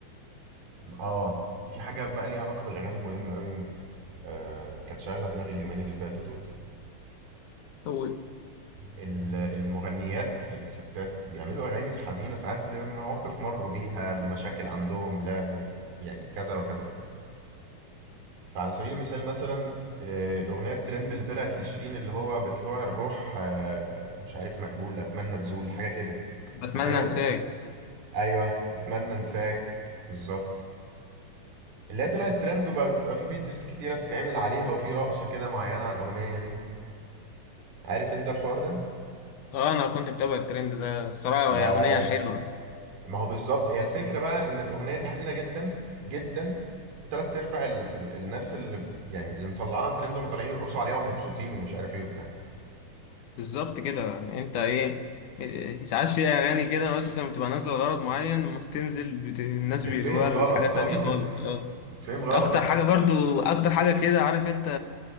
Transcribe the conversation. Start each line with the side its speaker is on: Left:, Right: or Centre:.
Right: اه في حاجه بقى ليها علاقه بالاغاني مهمه قوي آه كانت شاغله دماغي اليومين اللي فاتوا دول
Left: أوي.
Right: ال- المغنيات الستات بيعملوا اغاني حزينه ساعات لمواقف مروا بيها لمشاكل عندهم لا يعني كذا وكذا وكذا فعلى سبيل المثال مثلا آه، الأغنية الترند اللي طلعت لشيرين اللي هو بطلوع الروح آه، مش عارف مقبول أتمنى تزول حاجة كده
Left: بتمنى
Right: فاكرها؟
Left: انساك
Right: أيوه أتمنى أنساك بالظبط اللي هي طلعت ترند وبقى بيبقى في فيديوز كتيرة بتتعمل عليها وفي رقصة كده معينة على الأغنية دي عارف أنت الحوار ده؟
Left: اه انا كنت متابع الترند ده الصراحه
Right: ده
Left: هي اغنيه حلوه
Right: ك- ما هو بالظبط هي الفكرة بقى إن الأغنية دي حزينة جدا جدا وتلات أرباع ال... ال... الناس اللي يعني اللي مطلعاها ترند ومطلعين يرقصوا عليها ومبسوطين ومش عارف إيه وبتاع
Left: بالظبط كده يعني انت ايه ساعات في اغاني كده مثلا بتبقى نازله لغرض معين لما بتنزل بت... الناس
Right: تتفهم
Left: بيقلبوها
Right: غلط
Left: لحاجه
Right: خالص
Left: تانية خالص اه
Right: <laughs> تتفهم غلط
Left: اكتر حاجه برضو اكتر حاجه كده عارف انت